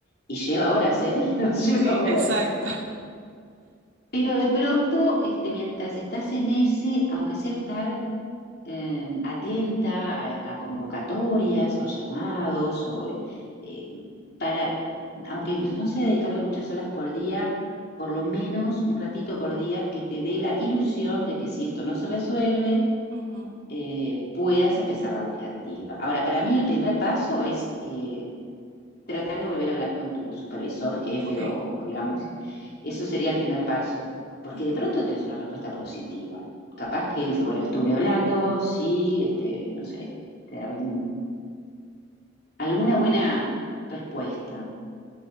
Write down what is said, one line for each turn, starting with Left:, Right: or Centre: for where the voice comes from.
Left: Y lleva horas, ¿eh? <laughs> Nos lleva
Right: Sí,
Left: horas.
Right: exacto.
Left: Pero de pronto, este, mientras estás en ese, aunque sea estar eh, atenta a, a convocatorias o a llamados, o, eh, para, aunque no sea dedicarle muchas horas por día, por lo menos un ratito por día que te dé la ilusión de que si esto no se resuelve,
Right: <laughs> ujú,
Left: eh, puedas empezar la búsqueda activa. Ahora, para mí el primer paso es eh, tratar de volver a hablar con tu supervisor, jefe
Right: Ok,
Left: o, o digamos, eso
Right: ok.
Left: sería el primer paso, porque
Right: ujú,
Left: de pronto tenés una respuesta positiva. Capaz que él dice, bueno, estuve hablando, sí, este, no sé, te da algún, alguna buena respuesta.